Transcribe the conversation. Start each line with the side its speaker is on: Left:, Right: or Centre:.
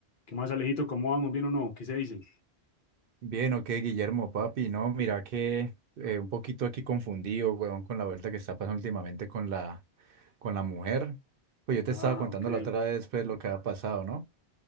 Left: ¿Qué más, Alejito? ¿Cómo vamos? ¿Bien o no? ¿Qué se dice?
Right: Bien, ok, Guillermo, papi, no, mira que eh, un poquito aquí confundido, weón, con la vuelta que está pasando últimamente con la, con la mujer. Pues yo te
Left: Ah,
Right: estaba contando
Left: ok.
Right: la otra vez, pues, lo que ha pasado, ¿no?